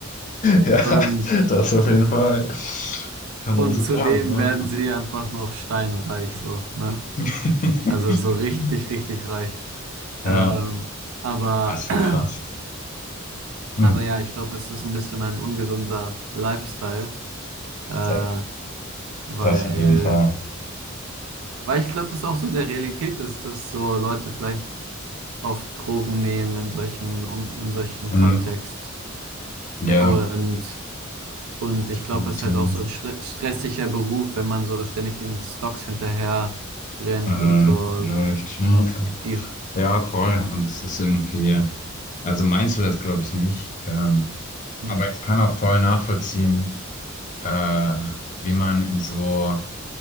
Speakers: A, on the left; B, on the right.
A: Ja,
B: Und,
A: das auf jeden Fall. Kann
B: und
A: man so
B: zudem
A: sagen. Ja.
B: werden sie einfach noch steinreich, so, ne?
A: <laughs>
B: Also so richtig, richtig reich.
A: Ja,
B: Ähm, aber,
A: das ist schon
B: <clears throat>
A: krass. Hm.
B: aber ja, ich glaube, es ist ein bisschen ein ungesunder Lifestyle, äh,
A: Sehr-
B: weil
A: Das auf jeden Fall.
B: Weil ich glaube, das ist auch so in der Realität ist, dass so Leute vielleicht oft Drogen nehmen in solchen, um, in solchen
A: Hm.
B: Kontext.
A: Ja,
B: Und, und ich
A: Konnotation
B: glaube, es ist halt auch so ein stre- stressiger Beruf, wenn man so ständig diesen Stocks hinterher rennt
A: äh,
B: und so
A: läuft. Ja.
B: die.
A: Ja, voll. Und das ist irgendwie, also meinst du das, glaube ich, nicht. Ähm,
B: Hm,
A: aber ich kann auch voll nachvollziehen, äh, wie man in so,